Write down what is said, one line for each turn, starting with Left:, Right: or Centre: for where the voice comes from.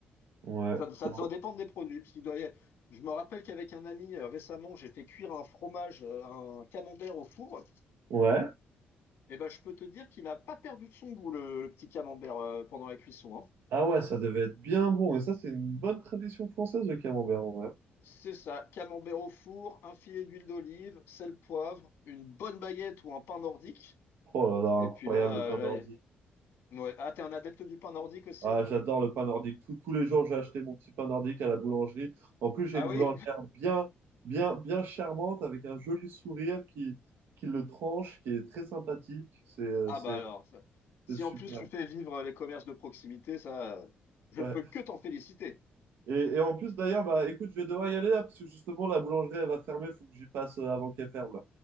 Right: Ouais.
Left: Ça, ça,
Right: Non.
Left: ça va dépendre des produits. Parce qu'il doit y a- Je me rappelle qu'avec un ami, euh, récemment, j'ai fait cuire un fromage, euh, un camembert au four.
Right: Ouais.
Left: Et ben, je peux te dire qu'il n'a pas perdu de son goût, le, le petit camembert, euh, pendant la cuisson, hein.
Right: Ah ouais, ça devait être bien bon. Mais ça, c'est une bonne tradition française, le camembert, en vrai.
Left: C'est ça, camembert au four, un filet d'huile d'olive, sel, poivre, une bonne baguette ou un pain nordique.
Right: Oh là là,
Left: Et
Right: incroyable
Left: puis là,
Right: le pain
Left: là,
Right: d'ordi.
Left: y- ouais. Ah, t'es un adepte du pain nordique aussi?
Right: Ah, j'adore le pain nordique. Tous tous les jours, j'ai acheté mon petit pain nordique à la boulangerie. En plus, j'ai
Left: Ah
Right: une
Left: oui?
Right: boulangère bien, bien, bien charmante avec un joli sourire qui, qui le tranche, qui est très sympathique. C'est, euh,
Left: Ah
Right: c'est,
Left: bah alors, ça- si
Right: c'est super.
Left: en plus tu fais vivre les commerces de proximité, ça, euh, je
Right: Ouais.
Left: ne peux que t'en féliciter.
Right: Et, et en plus, d'ailleurs, bah, écoute, je vais devoir y aller là parce que justement, la boulangerie, elle va fermer. Il faut que j'y passe euh, avant qu'elle ferme. là.